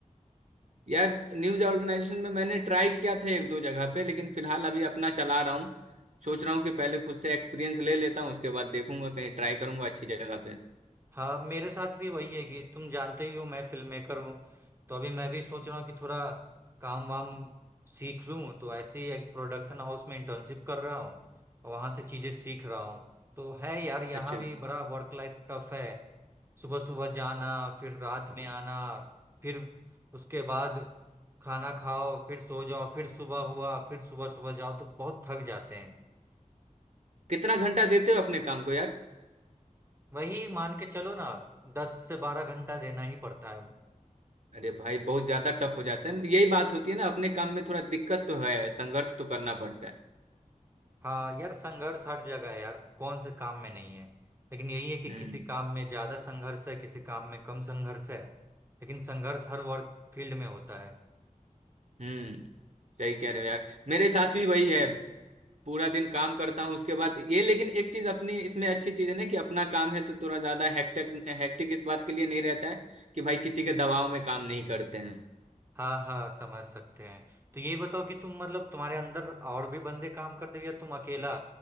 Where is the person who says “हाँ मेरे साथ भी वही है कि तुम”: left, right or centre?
Right